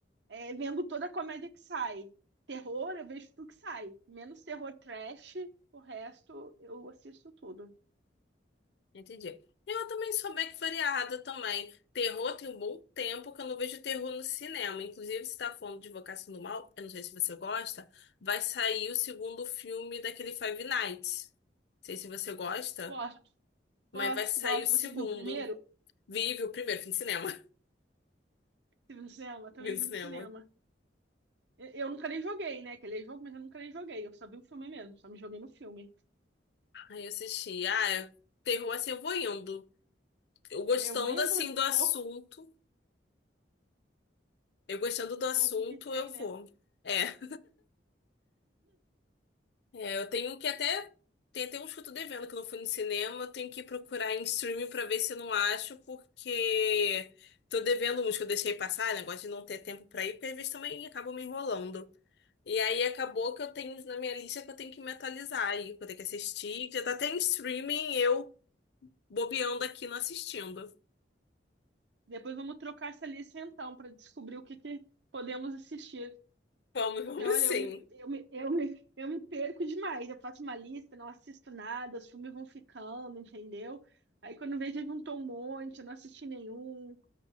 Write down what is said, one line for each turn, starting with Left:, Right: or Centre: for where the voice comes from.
Right: é, vendo toda a comédia que sai. Terror, eu vejo tudo que sai. Menos terror trash, o resto eu assisto tudo.
Left: entendi. Eu também sou bem que variada também. Terror tem um bom tempo que eu não vejo terror no cinema. Inclusive, se tá falando de Invocação do Mal, eu não sei se você gosta, vai sair o segundo filme daquele Five Nights. Não sei se você gosta,
Right: Gosto,
Left: mas
Right: gosto,
Left: vai sair
Right: gosto.
Left: o segundo.
Right: Você viu o primeiro?
Left: Vive o primeiro, fui no cinema.
Right: Você viu no cinema?
Left: <laughs>
Right: Eu Também
Left: Vi no cinema.
Right: vi no cinema. Eu, eu nunca nem joguei, né? Que Aquele jogo, mas eu nunca nem joguei. Eu só vi o filme mesmo, só me joguei no filme.
Left: Aí eu assisti. Ah, é- terror assim, eu vou indo. Eu gostando
Right: Eu vou indo,
Left: assim
Right: porque
Left: do
Right: é
Left: assunto.
Right: pouco,
Left: Eu gostando do
Right: é
Left: assunto,
Right: pouco que tem,
Left: eu vou.
Right: né?
Left: É. É, eu tenho que até. Tem até uns que eu tô devendo que eu não fui no cinema. Eu tenho que procurar em streaming pra ver se eu não acho, porque tô devendo uns que eu deixei passar, negócio de não ter tempo pra ir, porque às vezes também acabam me enrolando. E aí acabou que eu tenho uns na minha lista que eu tenho que me atualizar aí, que eu tenho que assistir, que já tá até em streaming, eu. bobeando aqui não assistindo.
Right: Depois vamos trocar essa lista então para descobrir o que, que podemos assistir.
Left: Vamos, <laughs> vamos
Right: Porque olha,
Left: sim.
Right: eu me, eu me, eu me, eu me perco demais. Eu faço uma lista, não assisto nada, os filmes vão ficando, entendeu? Aí quando vejo, já juntou um monte, eu não assisti nenhum.